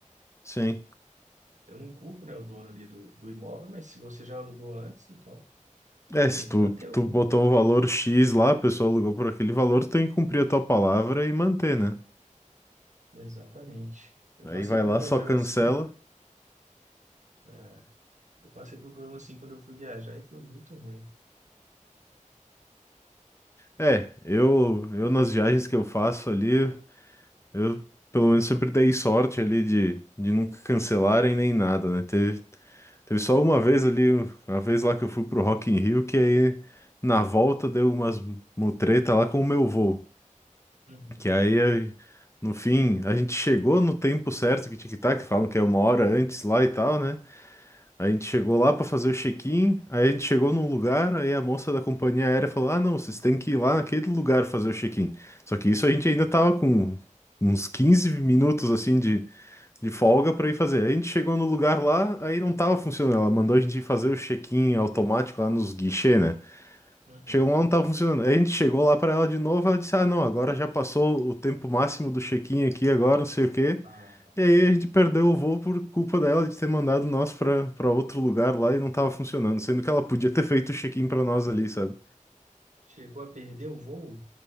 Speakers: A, on the left; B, on the right.
A: Sim.
B: Eu não culpo, né, o dono ali do, do imóvel, mas se você já alugou antes, então
A: É, se
B: tem que
A: tu,
B: manter o.
A: tu botou um valor X lá, a pessoa alugou por aquele valor, tu tem que cumprir a tua palavra e manter, né?
B: Exatamente. Eu
A: Aí
B: passei
A: vai
B: por
A: lá,
B: um problema
A: só cancela.
B: assim, né? Eu passei por um problema assim quando eu fui viajar e foi muito ruim.
A: É, eu, eu nas viagens que eu faço ali. Eu, pelo menos, sempre dei sorte ali de, de nunca cancelarem nem nada, né? Teve, teve só uma vez ali, uma vez lá que eu fui pro Rock in Rio, que aí na volta deu umas mutreta lá com o meu voo.
B: Uhum,
A: Que aí, aí, no fim, a gente chegou no tempo certo, que tic-tac, falam que é uma hora antes lá e tal, né? A gente chegou lá pra fazer o check-in, aí a gente chegou num lugar, aí a moça da companhia aérea falou: Ah, não, vocês têm que ir lá naquele lugar fazer o check-in. Só que isso a gente ainda tava com uns 15 minutos assim de, de folga pra ir fazer. Aí a gente chegou no lugar lá, aí não tava funcionando. Ela mandou a gente ir fazer o check-in automático lá nos guichês, né?
B: uhum.
A: Chegou lá, não tava funcionando. Aí a gente chegou lá pra ela de novo, ela disse: Ah, não, agora já passou o tempo máximo do check-in aqui, agora não sei o quê.
B: Ah,
A: E aí a gente perdeu o voo por culpa dela de ter mandado nós pra, pra outro lugar lá e não tava funcionando, sendo que ela podia ter feito o check-in pra nós ali, sabe?
B: chegou a perder o voo?